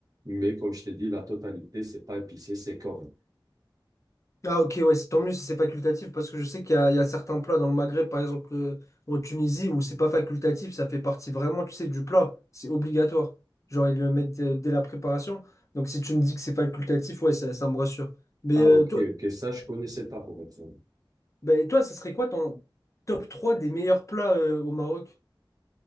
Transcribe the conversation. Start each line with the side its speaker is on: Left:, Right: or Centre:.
Right: Mais comme je t'ai dit, la totalité, c'est pas épicé, c'est correct.
Left: Ah ok, ouais, c'est tant mieux si c'est facultatif, parce que je sais qu'il y a, il y a certains plats dans le Maghreb, par exemple euh, en Tunisie, où c'est pas facultatif, ça fait partie vraiment, tu sais, du plat, c'est obligatoire. Genre, ils le mettent euh, dès la préparation. Donc si tu me dis que c'est facultatif, ouais, ça, ça me rassure. Mais
Right: Ah,
Left: euh,
Right: ok,
Left: toi,
Right: ok. Ça, je connaissais pas, pour être honnête.
Left: bah, toi, ça serait quoi ton top 3 des meilleurs plats euh, au Maroc